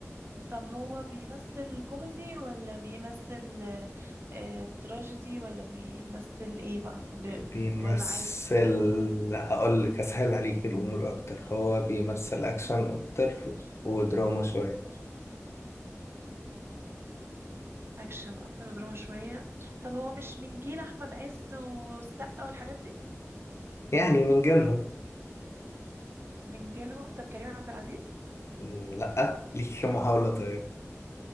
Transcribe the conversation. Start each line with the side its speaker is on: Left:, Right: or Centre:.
Right: طب هو بيمثل كوميدي ولا بيمثل آه تراجيدي ولا بيمثل ايه بقى ب...
Left: بيمثل
Right: ولا عادي
Left: هقول لك أسهل عليك الأمور أكتر هو بيمثل أكشن أكتر ودراما شوية
Right: اكشن اكتر دراما شوية طب هو مش من جيل احمد عز والسقا والحاجات دي
Left: يعني من جيلهم
Right: من جيلهم طب كريم عبد العزيز
Left: مم، لأ ليك محاولة طيب